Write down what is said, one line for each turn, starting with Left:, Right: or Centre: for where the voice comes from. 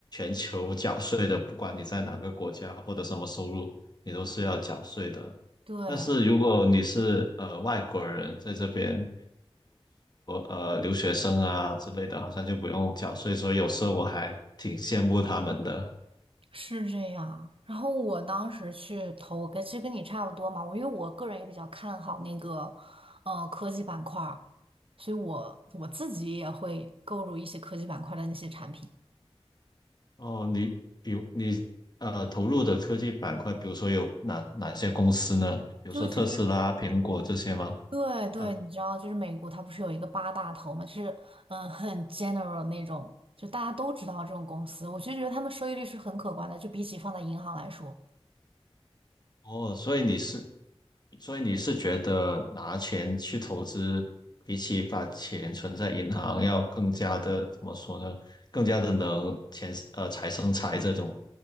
Left: 全球缴税的，不管你在哪个国家或者什么收入，你都是要缴税的。
Right: 对，
Left: 但是如果你是呃外国人在这边，呃留学生啊之类的，好像就不用缴税，所以有时候我还挺羡慕他们的。
Right: 是这样。然后我当时去投，跟其实跟你差不多嘛。我因为我个人也比较看好那个，呃，科技板块儿所以我我自己也会购入一些科技板块的那些产品。
Left: 哦，你比如你呃投入的科技板块，比如说有哪哪些公司呢？比如说特斯拉、
Right: 就其实
Left: 苹果这些吗？
Right: 对对，
Left: 大
Right: 你知道，就是美国它不是有一个八大头嘛，就是嗯很 general 那种，就大家都知道这种公司，我就觉得他们收益率是很可观的，就比起放在银行来说。
Left: 哦，所以你是所以你是觉得拿钱去投资，比起把钱存在银行要更加的，怎么说呢？更加的能钱呃财生财这种